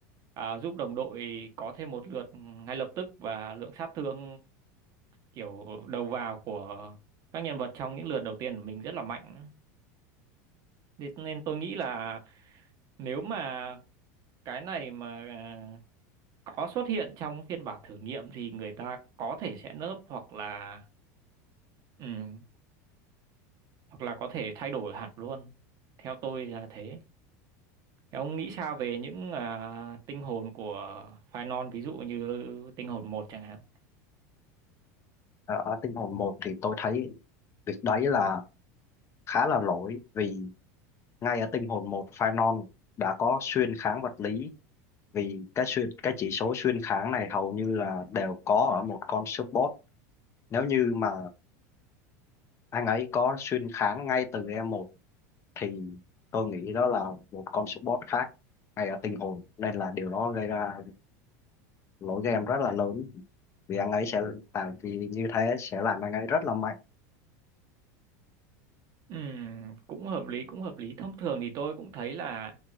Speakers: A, on the right; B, on the left.
A: à, giúp đồng đội có thêm một lượt ngay lập tức và lượng sát thương kiểu đầu vào của các nhân vật trong những lượt đầu tiên của mình rất là mạnh Thế nên tôi nghĩ là nếu mà cái này mà à, có xuất hiện trong phiên bản thử nghiệm thì người ta có thể sẽ nớp hoặc là ừ, hoặc là có thể thay đổi hẳn luôn. Theo tôi là thế. Thế Ông nghĩ sao về những à, tinh hồn của Phainon ví dụ như tinh hồn một chẳng hạn?
B: Ờ, ở tinh hồn một thì tôi thấy việc đấy là khá là lỗi vì ngay ở tinh hồn một Phainon đã có xuyên kháng vật lý vì cái xuyên cái chỉ số xuyên kháng này hầu như là đều có ở một con support nếu như mà anh ấy có xuyên kháng ngay từ e một thì tôi nghĩ đó là một con support khác ngay ở tinh hồn nên là điều đó gây ra lỗi game rất là lớn vì anh ấy sẽ làm vì như thế sẽ làm anh ấy rất là mạnh
A: Ừm, cũng hợp lý cũng hợp lý. Thông thường thì tôi cũng thấy là